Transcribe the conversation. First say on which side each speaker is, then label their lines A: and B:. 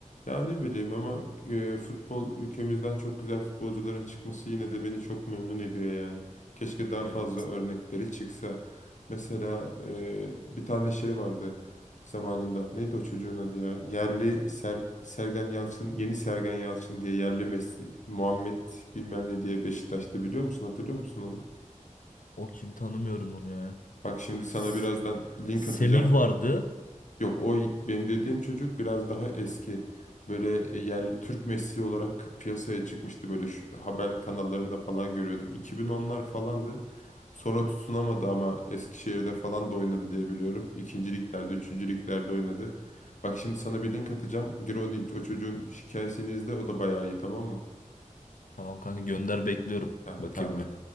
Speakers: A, on the left; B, on the left.
A: Ya ne bileyim ama e, futbol ülkemizden çok güzel futbolcuların çıkması yine de beni çok memnun ediyor yani. Keşke daha
B: Evet.
A: fazla örnekleri çıksa. Mesela e, bir tane şey vardı zamanında. Neydi o çocuğun adı ya? Yerli Ser- Sergen Yalçın, yeni Sergen Yalçın diye yerli Messi, Muhammed bilmem ne diye Beşiktaş'ta biliyor musun? Hatırlıyor musun onu?
B: O kim tanımıyorum onu ya.
A: Bak şimdi sana
B: S-
A: birazdan link
B: Semih
A: atacağım.
B: vardı.
A: Yok o benim dediğim çocuk biraz daha eski. Böyle e, yerli Türk Messi olarak piyasaya çıkmıştı. Böyle şu, haber kanallarında falan görüyordum. iki bin onlar falandı. Sonra tutunamadı ama Eskişehir'de falan da oynadı diye biliyorum. İkinci liglerde, üçüncü liglerde oynadı. Bak şimdi sana bir link atacağım. Gir onu, o çocuğun hikayesini izle. O da bayağı iyi tamam mı?
B: Tamam kanka gönder bekliyorum.
A: Ha,
B: Bakayım
A: tamam hadi.
B: bir.